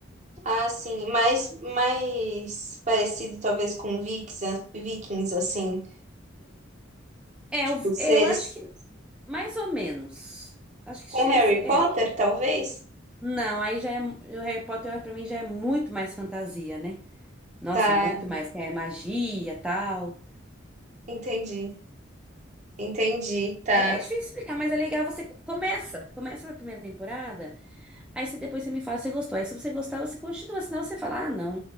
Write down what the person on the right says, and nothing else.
Ah, sim, mais, mais parecido talvez com Vikings, Vikings assim.
Os
seres
com
Harry
Potter, talvez?
Tá,
entendi. Entendi, tá.